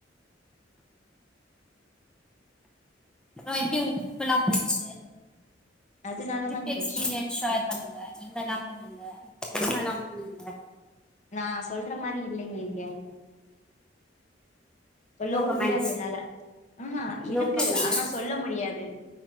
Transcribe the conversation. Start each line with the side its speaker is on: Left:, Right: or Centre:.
Centre: அப்றோ எப்டி உங்களுக்கு ட்ரிப்பெலா போச்சு
Left: அதனாலதாங்க
Centre: ட்ரிப் எக்ஸ்பீரியன்ஸ்
Left: போச்சு
Centre: ஷேர் பண்ணுங்க எங்கெல்லா போனீங்க என்னல்லா பண்ணீங்க
Left: நா சொல்ற மாரி இல்லிங்க இங்க சொல்லவு
Centre: நோ கமெண்ட்ஸ்
Left: முடியாது என்னால அ அ இருக்கு
Centre: நோ கமெண்ட்ஸ்
Left: ஆனா சொல்ல முடியாது